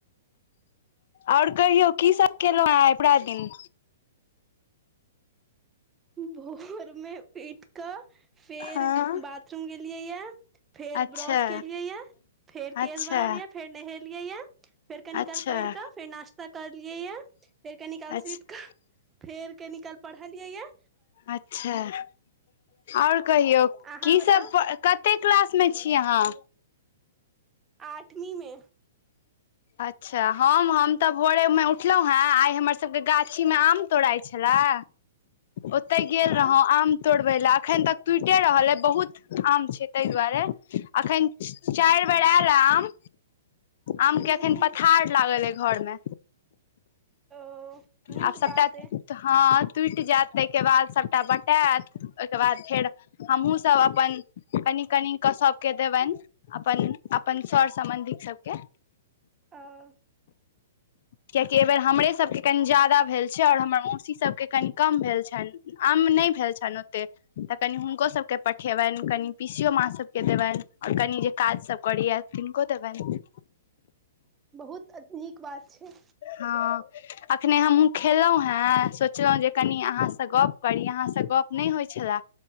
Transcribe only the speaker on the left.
और कहियौ की सब केलहुँ हैं पुरा दिन
हँ
अच्छा
अच्छा
अच्छा
अच्छा
अच्छा और कहियौ
की
सब प क कते क्लास मे छी अहाँ
अच्छा हम हम तऽ भोरे में उठलहुँ हें आइ हमर सबके गाछी मे आम तोड़ाइ छलै ओते गेल
रहौ आम तोड़बै लए अखन तक टूटिये रहल यै बहुत आम छै ताहि दुआरे अखन चारि
बेर आयल या आम आम के
अखन पथार लागल यै घरमे
आब सबटा
हँ टुटि जायत ताहिके बाद सब टा बटायत ओहिके बाद फेर हमहुँ सब अपन कनि कनि कऽ सबके देबनि अपन अपन सर सम्बन्धी सबके
कियाकि एहि बेेर हमरे सबके कनि ज्यादा भेल छै और हमर मौसी सबके कनि कम भेल छनि आम नहि नै भेल छनि ओतेक त कनि हुनको सबके पठेबनि कनि पीसीयो माँ सबके देबनि आ कनि जे काज सब करैया तिनको देबनि
हँ अखने हमहूँ खेलहुँ हे सोचलहुँ जे कनि अहाँसँ गप करी अहां अहाँसँ गप नहि होइ छलै